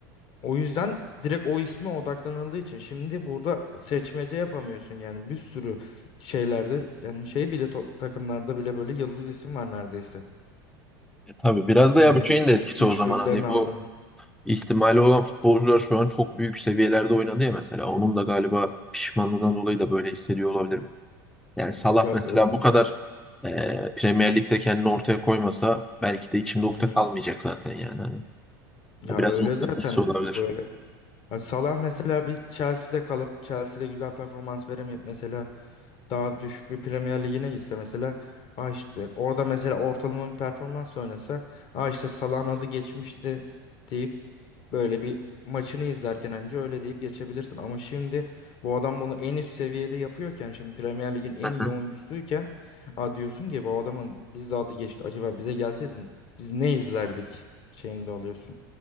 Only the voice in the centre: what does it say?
Ya, tabii biraz
da ya bu şeyin
de etkisi
o zaman
hani
bu ihtimali olan futbolcular şu an çok büyük seviyelerde oynadı ya mesela. Onun da galiba pişmanlığından dolayı da böyle hissediyor olabilirim. Yani Salah
mesela
bu kadar e, Premier Lig'de kendini ortaya koymasa belki de içimde ukde
kalmayacak zaten yani. Hani
biraz
ondan
hissi olabilir.
<laughs>